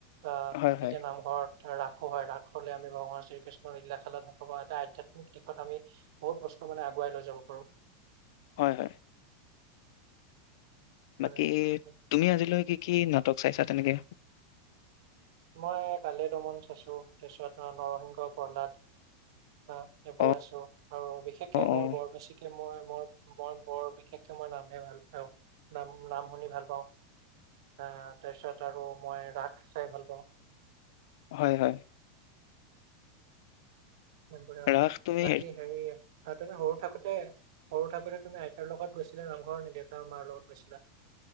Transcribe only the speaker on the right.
আহ,
এতিয়া নামঘৰত ৰাস। ও হয়। ৰাস হলে আমি ভগৱান শ্ৰীকৃষ্ণ। ও এইগিলা খেলত এটা আধ্যাত্মিক দিশত আমি বহুত বস্তু মানে আগুৱাই লৈ যাব পাৰো।
হয়
তাকে।
মই কালিয় দমন চাইছো। তাৰপিছত নৰসিংহ প্ৰহ্লাদ। অ এইবোৰ
আছো। আৰু বিশেষকে
মই বৰ বেছিকে মই। মই মই বৰ বিশেষকৈ মই নামহে ভাল পাওঁ। নাম নাম শুনি ভাল পাওঁ। তাৰপিছত আৰু মই ৰাস চাই ভাল পাওঁ।
এনেৰে আৰু
বাকী হেৰি আৰু তেনে সৰু। থাকোতে সৰু থাকোতে তুমি আইতাৰ লগত গৈছিলা নামঘৰ নে দেউতা মাৰ লগত গৈছিলা।